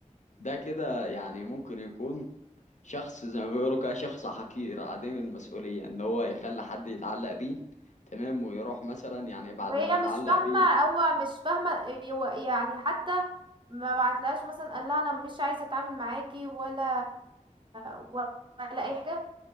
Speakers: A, on the left; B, on the right.
A: ده كده يعني ممكن يكون شخص زي ما بيقولوا كده شخص حقير عديم المسؤولية ان هو يخلي حد يتعلق بيه تمام ويروح مثلا يعني بعد
B: وهي
A: ما اتعلق
B: مش فاهمة
A: بيه
B: هو مش فاهمة هو يعني حتى ما بعتلهاش مثلا قال لها انا مش عايزة اتعامل معاكي ولا ولا اي حاجة